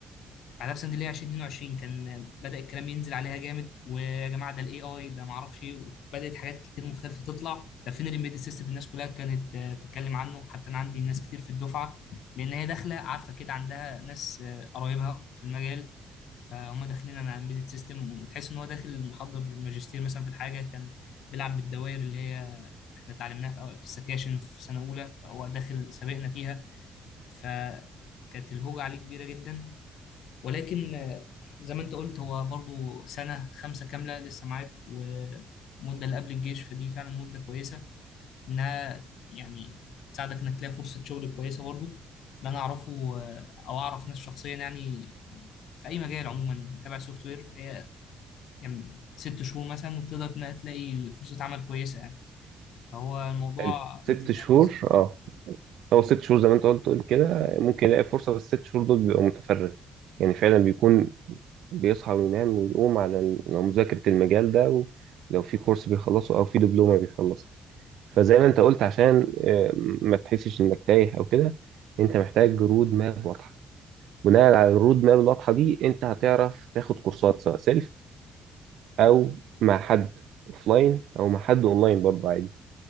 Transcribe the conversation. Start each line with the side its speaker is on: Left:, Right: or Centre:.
Left: على نفس اللي هي 2022 كان بدأ الكلام ينزل عليها جامد ويا جماعه ده الاي اي ده ما اعرفش ايه بدأت حاجات كتير مختلفه تطلع ده فين الامبيدد سيستم الناس كلها كانت آه، بتتكلم عنه حتى انا عندي ناس كتير في الدفعه لان هي داخله عارفه كده عندها ناس آه، قرايبها في المجال فهم داخلين انا امبيدد سيستم وتحس ان هو داخل محضر ماجستير مثلا في الحاجه كان بيلعب بالدوائر اللي هي احنا اتعلمناها في في السكاشن في سنه اولى فهو داخل سابقنا فيها فكانت الهوجه عليه كبيره جدا ولكن آه، زي ما انت قلت هو برضو سنة خمسة كاملة لسه معاك ومدة اللي قبل الجيش فدي فعلا مدة كويسة انها يعني تساعدك انك تلاقي فرصة شغل كويسة برضو اللي انا اعرفه آه، او اعرف ناس شخصيا يعني في اي مجال عموما تبع سوفت وير هي يعني ست شهور مثلا وبتقدر إنها تلاقي فرصة عمل كويسة يعني فهو الموضوع
Right: حلو ست
Left: التزام
Right: شهور
Left: بالظبط
Right: اه هو ست شهور زي ما انت قلت قلت كده ممكن يلاقي فرصه بس الست شهور دول بيبقى متفرغ يعني فعلا بيكون بيصحى وينام ويقوم على ال- مذاكره المجال ده ولو في كورس بيخلصه او في دبلومه بيخلصه فزي ما انت قلت عشان آه، ما تحسش انك تايه او كده انت محتاج جرود ما واضحه بناء على الرود ماب الواضحه دي انت هتعرف تاخد كورسات سواء سيلف او مع حد اوفلاين او مع حد اونلاين برضه عادي